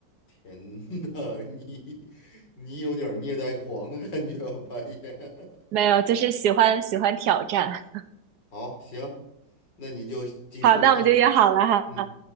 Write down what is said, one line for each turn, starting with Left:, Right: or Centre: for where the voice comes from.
Left: 天呐，你你有点儿虐待狂的感觉啊，半夜。
Right: 没有，就是喜欢喜欢挑战。
Left: <laughs> 好，行，那你就记数啊。
Right: <laughs> 好，那我们就约好了哈。
Left: 嗯，